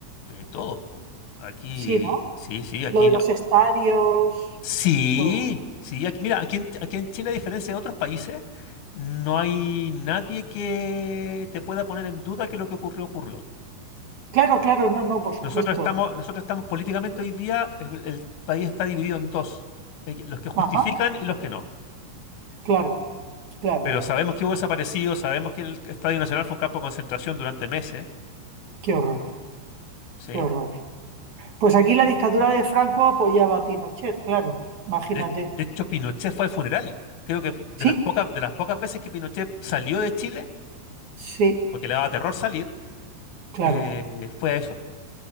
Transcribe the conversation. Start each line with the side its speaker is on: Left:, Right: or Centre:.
Left: Eh, todos, po. Aquí,
Right: Sí, ¿no?
Left: sí, sí, aquí
Right: Lo de los estadios,
Left: Sí,
Right: todo.
Left: sí, aquí- mira, aquí en, aquí en Chile, a diferencia de otros países, no hay nadie que te pueda poner en duda que lo que ocurrió ocurrió.
Right: Claro, claro, no, no, por
Left: Nosotros
Right: supuesto.
Left: estamos, nosotros estamos políticamente hoy día, el, el país está dividido en dos, eh, los que justifican
Right: Ajá,
Left: y los que no.
Right: claro, claro.
Left: Pero sabemos que hubo desaparecidos, sabemos que el Estadio Nacional fue un campo de concentración durante meses,
Right: Qué horror,
Left: ¿sí?
Right: qué horror. Pues aquí la dictadura de Franco apoyaba a Pinochet, claro, imagínate.
Left: De, de hecho, Pinochet fue al funeral. Creo que de
Right: Sí,
Left: las pocas, de las pocas veces que Pinochet salió de Chile,
Right: sí,
Left: porque le daba terror salir,
Right: claro.
Left: eh, fue a eso,